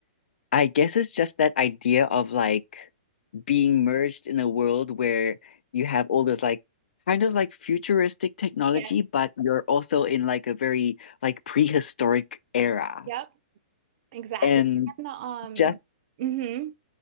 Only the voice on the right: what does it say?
Yes.
Yep. Exactly.
And the um
hmm